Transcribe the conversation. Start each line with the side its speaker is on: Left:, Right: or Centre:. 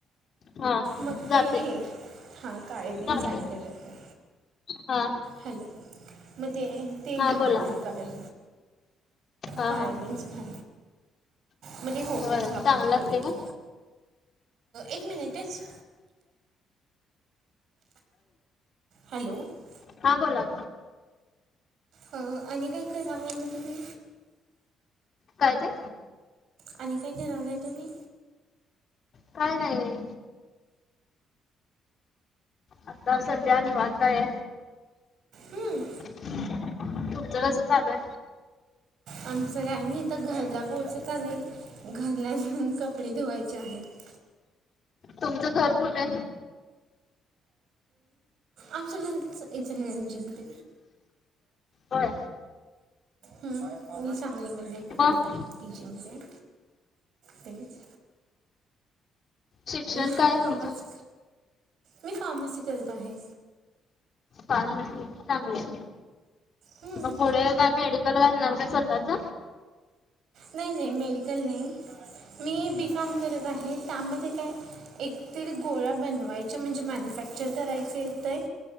Left: हा
Right: मग
Left: जाते
Right: ते हे हा काळेबीन
Left: जाते
Right: सार करयते
Left: हा
Right: हॅलो मग ते ते
Left: हा
Right: घालायचे
Left: बोला
Right: काळवी
Left: हा
Right: काळवीी.
Left: हा
Right: अस झा. मध्ये होतच
Left: होय
Right: ह आपण
Left: चांगलं
Right: ठेवलं
Left: लागते का?
Right: की एक मिनिटच हॅलो अ,
Left: हा बोला.
Right: आणि काय कराव मग तुम्ही?
Left: काय ते
Right: आणि काय काय राहिलंय तुम्ही?
Left: काय नाही. आता सध्या नि वाताय
Right: हम्म
Left: तुमचं कस चाल
Right: आमच्यां गाय नाही तर घरला पोहोचत आले घरला जाऊन कपडे धुवायचे आहेत
Left: तुमचं घर कुठे
Right: आमच्याचल त्यां.
Left: होय
Right: ह मी सांगलीमध्ये राहते.
Left: मग
Right: त ज न जा आहे त्याच
Left: शिक्षण
Right: हॅलो
Left: काय आहे तुमचं?
Right: आवाज मी फार्मसी करत आहे
Left: फार्मसी चांगले
Right: हं,
Left: मग पुढ काय मेडिकल घालणार का स्वतःच
Right: नाही नाही मेडिकल नाही मी बी कॉम करत आहे त्यामध्ये काय एकतरी गोळ्या बनवायच्या म्हणजे मॅन्युफॅक्चर करायचे येतय